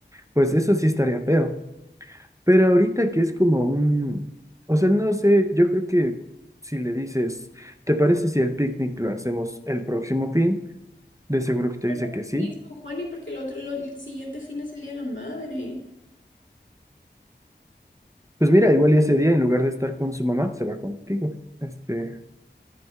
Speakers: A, on the right (about 15°); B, on the left (about 85°).
A: Pues eso sí estaría feo. Pero ahorita que es como un, o sea, no sé, yo creo que si le dices, ¿te parece si el picnic lo hacemos el próximo fin? De seguro que te
B: no
A: dice
B: es lo
A: que sí.
B: mismo, Juani, porque el otro, lo- el siguiente fin es el Día de la Madre.
A: Pues mira, igual y ese día en lugar de estar con su mamá, se va contigo. Este,